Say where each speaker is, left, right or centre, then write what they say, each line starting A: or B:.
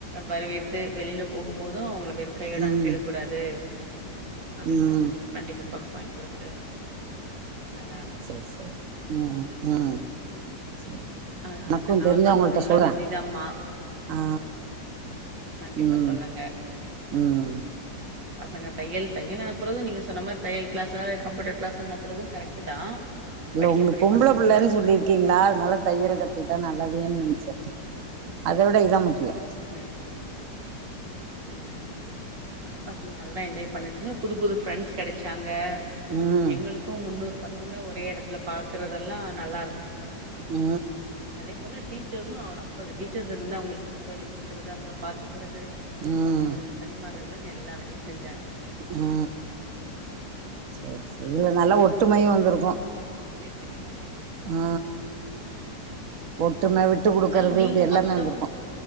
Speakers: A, on the right; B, on the right.
A: வரவேத்து வெளியில போகும் போது அவங்கள வெறு கையோட
B: ம்
A: அனுப்பிற கூடாது அப்டின்னு
B: ம்
A: பசங்களுக்கு டவெண்ட்டி ஃபன் பாக்ஸ் வாங்கி குடுத்து நல்லாருக்
B: சேர் சேர் ம் ம் சரி
A: அதனால
B: எனக்கு
A: இந்த நாலு
B: தெரிஞ்சவங்கள்ட்ட
A: நாள் ஃபுல்லா
B: சொல்றே
A: பிஸி தாம்மா
B: ஆ
A: கண்டிப்பா
B: ம்
A: சொல்லுங்க
B: ம்
A: பசங்க தையல் தையல் அனுப்புறது நீங்க சொன்ன மாரி தையல் க்ளசு கம்ப்யூட்டர் க்ளஸ்னு கத்றது கரெக்ட்டு தா
B: இல்ல
A: படிக்கக்கூடிய
B: உங்களுக் பொம்பள
A: பசங்கள
B: புள்ளன் சொல்லிருக் க்கீங்ளா அதனால தையல் கத்துக்கிட்டா நல்லதுேன் நெனச்ச அத விட இதா முக்கியோ
A: ம் ம் ம் ம் அதனால பசங்க நல்லா என்ஜாய் பண்ணுச்சுங்க புது புது ஃப்ரெண்ட்ஸ் கெடைச்சாங்க
B: ம்
A: எங்களுக் கு முன்னூறு பசங்கள ஒரே எடத்துல பாக்குறதெல்லா நல்லா இருந்துச்சு
B: அ
A: அதே போல டீச்சர்ஸூ ஒரு அம்பது டீச்சர்ஸ் இருந்து அவங்களுக்கு சொல்லி் குடுக்குறது அவங்கள பாத்துக்கறது
B: ம்
A: பசங்களுக்கு பரிமாறுறதுலந்து எல்லா வேலையு செஞ்சாங்க
B: ஆ சர் சரி இதுல நல்லா ஒற்றுமையு வந்திருக்கு
A: ஃபோன் பைனே தெரியலமா
B: ஆ ஒற்றும விட்டு
A: இந்த
B: குடுக்கறது
A: மாரி நீங்க
B: இப்டி எல்லாமே
A: மத்தவங்
B: வந்திருக்கு